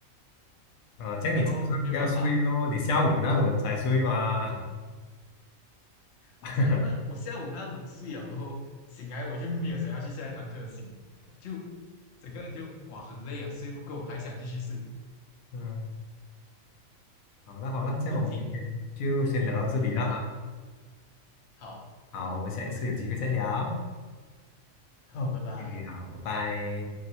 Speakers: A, on the left; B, on the left.
A: 嗯，这样你早上不要睡咯，
B: 然后没有办法，
A: 你下午那轮才睡嘛。<laughs>
B: 我下午那我下午那轮睡了过后，醒来我就没有想要去下一堂课的心，就整个人就哇很累啊，睡不够，还想继续睡，
A: 嗯，好了好了，这样我们今天就先聊到这里了哈。
B: 就挺辛苦的。好，
A: 好，我们下一次有机会再聊。
B: 好，
A: OK，
B: 拜拜。
A: 好，拜拜。